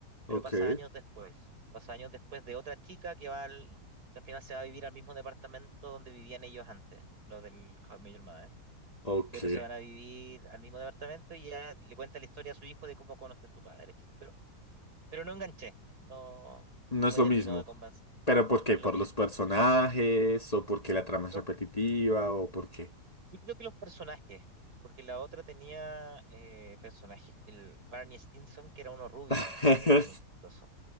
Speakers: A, on the right; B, on the left.
A: pero
B: ok,
A: pasa años después. Pasa años después de otra chica que va al, que al final se va a vivir al mismo departamento donde vivían ellos antes, lo del How I Met Your Mother.
B: ok.
A: pero se van a vivir al mismo departamento y ya le cuenta la historia a su hijo de cómo conoce a su padre. Pero, pero no enganché, no,
B: No
A: no
B: es
A: me
B: lo
A: terminó
B: mismo.
A: de convencer,
B: ¿Pero por qué?
A: no es
B: ¿Por
A: lo mismo.
B: los personajes? ¿O porque la trama es
A: Lo-
B: repetitiva? ¿O por qué?
A: yo creo que los personajes, porque la otra tenía eh, personajes, el Barney Stinson, que era uno rubio,
B: <laughs>
A: era muy chistoso.